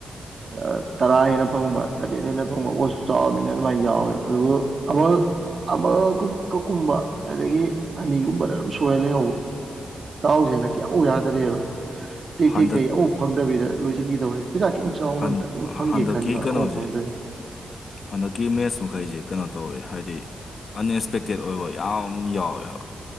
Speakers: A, on the right; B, on the left.
A: ꯑ ꯇꯔꯥ ꯍꯦꯟꯅ ꯐꯪꯕ ꯇꯔꯦꯠ ꯍꯦꯟꯅ ꯐꯪꯕ ꯑꯣꯠꯁꯨ ꯆꯥꯎꯔꯃꯤꯅ ꯑꯗꯨꯃꯥꯏꯅ ꯌꯥꯎꯋꯦꯕ ꯑꯗꯨꯕꯨ ꯑꯃ ꯑꯃ ꯀ ꯀꯀꯨꯝꯕ ꯑꯗꯒꯤ ꯑꯅꯤꯒꯨꯝꯕꯗ ꯑꯗꯨꯝ ꯁꯣꯏꯔ ꯂꯩꯍꯧꯕ ꯇꯥꯎꯁꯦꯅ ꯀꯌꯥꯃꯨꯛ ꯌꯥꯗꯔꯦꯕ ꯇꯦꯛ
B: ꯍꯟꯗꯛ
A: ꯇꯦꯛ ꯇꯩ ꯑꯝꯕꯧ ꯐꯪꯗꯕꯤꯗ ꯂꯣꯏꯁꯤꯟꯈꯤꯗꯧꯔꯦ ꯄꯩꯁꯥ ꯀꯩꯝ ꯆꯥꯎꯅ
B: ꯍꯟ
A: ꯑꯝꯇꯪ ꯐꯪꯒꯦ
B: ꯍꯟꯗꯛꯀꯤ
A: ꯈꯟꯕ
B: ꯀꯩꯅꯣꯁꯦ
A: ꯑꯝꯕꯧ ꯐꯪꯗꯔꯤ
B: ꯍꯟꯗꯛꯀꯤ ꯃꯦꯠꯁ ꯃꯈꯩꯁꯦ ꯀꯩꯅꯣ ꯇꯧꯋꯦ ꯍꯥꯏꯗꯤ ꯑꯟꯑꯦꯛꯁꯄꯦꯛꯇꯦꯠ ꯑꯣꯏꯕ ꯌꯥꯝ ꯌꯥꯎꯋꯦꯕ